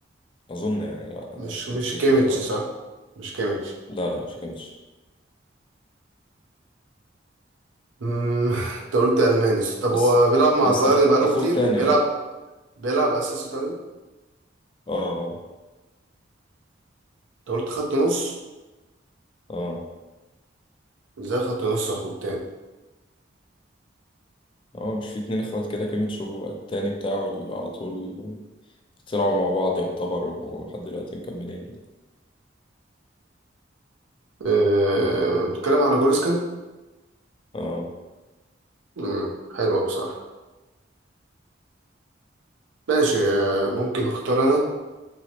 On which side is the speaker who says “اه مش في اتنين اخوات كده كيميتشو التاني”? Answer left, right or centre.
Left